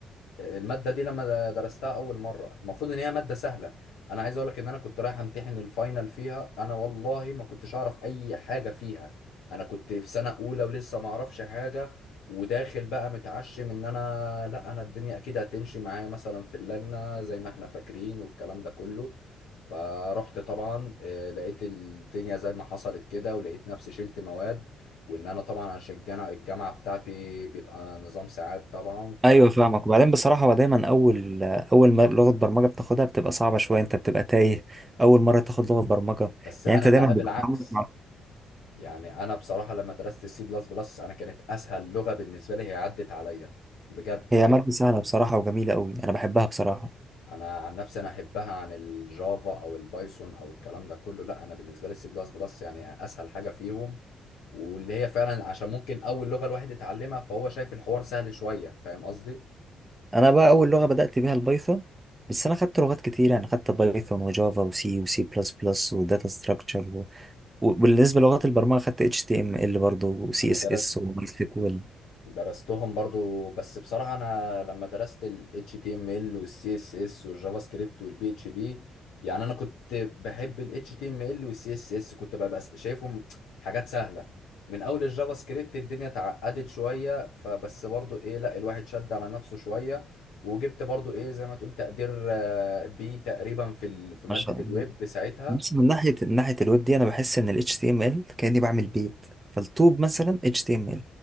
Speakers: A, on the left; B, on the right.
A: المادة دي لما درستها أول مرة المفروض إن هي مادة سهلة أنا عايز أقولك إن أنا كنت رايح أمتحن الفاينل فيها أنا والله ما كنتش أعرف أي حاجة فيها أنا كنت في سنة أولى ولسه ما أعرفش حاجة وداخل بقى متعشم إن أنا لأ أنا الدنيا أكيد هتمشي معايا مثلا في اللجنة زي ما إحنا فاكرين والكلام ده كله فرحت طبعا آه، لقيت الدنيا زي ما حصلت كده ولقيت نفسي شلت مواد وان انا طبعا عشان الجامعه الجامعه بتاعتي بيبقى نظام ساعات طبعا ف
B: ايوه فاهمك وبعدين بصراحه هو دايما اول اول ما لغه برمجه بتاخدها بتبقى صعبه شويه انت بتبقى تايه اول مره تاخد لغه برمجه
A: بس
B: يعني
A: انا
B: انت دايما
A: بقى
B: بتبقى
A: بالعكس
B: عمرك ما-
A: يعني انا بصراحه لما درست السي بلس بلس انا كانت اسهل لغه بالنسبه لي هي عدت عليا بجد
B: هي
A: يعني
B: ماده سهله بصراحه وجميله قوي انا بحبها بصراحه
A: انا عن نفسي انا احبها عن الجافا او البايثون او الكلام ده كله لا انا بالنسبه لي السي بلس بلس يعني اسهل حاجه فيهم واللي هي فعلا عشان ممكن اول لغه الواحد يتعلمها فهو شايف الحوار سهل شويه فاهم قصدي
B: انا بقى اول لغه بدات بيها البايثون بس انا خدت لغات كتير يعني خدت بايثون وجافا وسي وسي بلس بلس وداتا ستراكشر وبالنسبه للغات البرمجه خدت اتش تي ام ال برضه وسي
A: انا
B: اس
A: درست
B: اس وماي سيكوال
A: درستهم برضو بس بصراحة أنا لما درست ال HTML وال CSS والجافا سكريبت وال PHP يعني أنا كنت بحب ال HTML وال CSS كنت ببقى س- شايفهم حاجات سهلة من أول الجافا سكريبت الدنيا اتعقدت شوية فبس برضو إيه لا الواحد شد على نفسه شوية وجبت برضو إيه زي ما تقول تقدير آه، بي تقريبا في ال- في
B: ما
A: مادة
B: شاء الله
A: الويب ساعتها
B: بس من ناحيه من ناحيه الويب دي انا بحس ان ال HTML كاني بعمل بيت فالطوب مثلا HTML